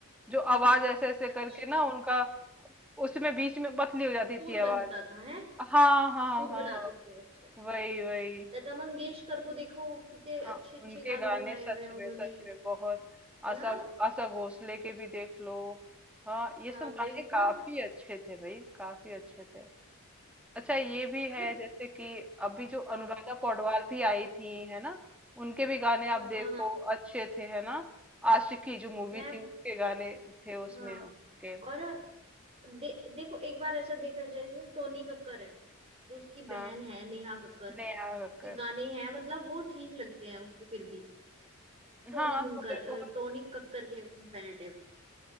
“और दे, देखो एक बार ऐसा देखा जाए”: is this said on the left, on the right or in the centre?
Right